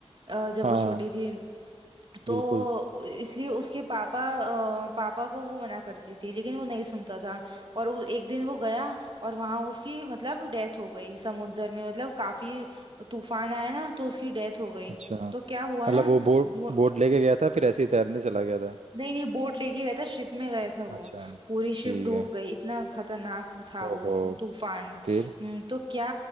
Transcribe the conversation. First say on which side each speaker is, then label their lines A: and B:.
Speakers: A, on the right; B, on the right.
A: अ, जब
B: हाँ
A: वो छोटी थी तो
B: बिल्कुल
A: इसलिए उसके पापा अ, पापा को वो मना करती थी लेकिन वो नहीं सुनता था और वो एक दिन वो गया और वहां उसकी मतलब डेथ हो गई समुद्र में मतलब काफी तूफान आया ना तो उसकी डेथ हो गई
B: अच्छा
A: तो क्या हुआ
B: मतलब
A: ना
B: वो बोर्ड
A: वो
B: बोर्ड लेके गया था फिर ऐसे ही तैरने चला गया था
A: नहीं नहीं बोट लेके गया था शिप में गया था वो
B: अच्छा
A: पूरी शिप
B: ठीक
A: डूब
B: है
A: गई इतना खतरनाक वो था
B: ओहो
A: वो तूफान
B: फिर
A: हम्म, तो क्या